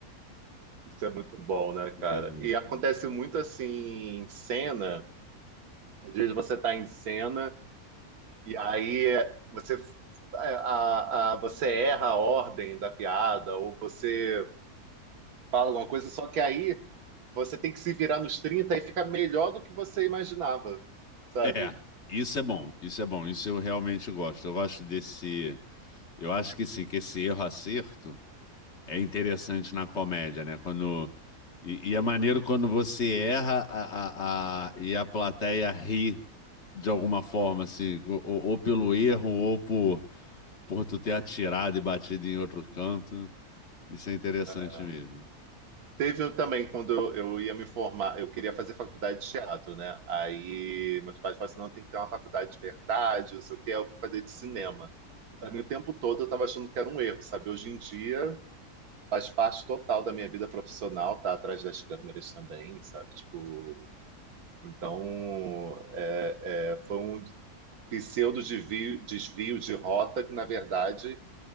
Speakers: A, on the right (about 70°); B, on the left (about 50°).
A: Isso é muito bom, né, cara?
B: <laughs>
A: E acontece muito assim em cena. Às vezes você tá em cena e aí você, é, a, a- você erra a ordem da piada ou você fala alguma coisa, só que aí você tem que se virar nos 30 e fica melhor do que você imaginava, sabe?
B: é, É, isso é bom, isso é bom, isso eu realmente gosto. Eu gosto desse, eu acho que sim, que esse erro acerto É interessante na comédia, né? Quando e, e é maneiro quando você erra a, a, a- e a plateia ri de alguma forma, assim, ou, ou pelo erro ou por por tu ter atirado e batido em outro canto. Isso é interessante
A: É.
B: mesmo.
A: Teve um também quando eu, eu ia me formar, eu queria fazer faculdade de teatro, né? Aí meus pais falaram assim, não, tem que ter uma faculdade de verdade, não sei o quê. Eu fui fazer de cinema. Pra mim, o tempo todo eu estava achando que era um erro, sabe? Hoje em dia faz parte total da minha vida profissional, tá atrás das câmeras também, sabe? Tipo, então é, é, foi um pseudo desvio, desvio de rota que, na verdade,